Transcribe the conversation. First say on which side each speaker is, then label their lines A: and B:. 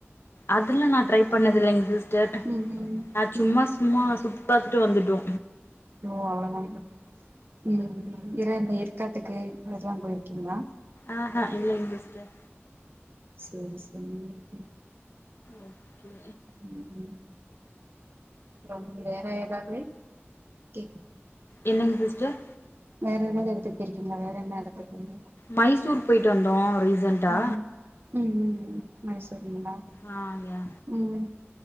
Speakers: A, on the left; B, on the right.
A: அதுல்லா நா ட்ரை பண்ணதுல்லைங்க சிஸ்டர்
B: ம் ம்
A: நா சும்மா
B: ம்
A: சும்மா சுத்திப்பாத்துட்டு வந்துட்டோ
B: ஓ அவ்ளோதான ம் இற ஏற்காட்டுக்கு அதுக்குல்லா போயிருக்கீங்ளா
A: ஆ ஹா இல்லைங் சிஸ்டர்
B: சேரி சேரிங்க <unintelligible>
A: ஓகே
B: ம் ம் அப்புறோ வேற ஏதாவது கேக்குது
A: என்னங் சிஸ்டர்
B: வேற என்னன்ன எடத்துக்கு போய்ருக்கீங்க வேற என்ன எடத்துக்கு
A: மைசூர் போயிட்டு வந்தோ ரீசன்ட்டா
B: ம் ம் ம் மைசூர்ங்ளா
A: ஆ யா
B: ம்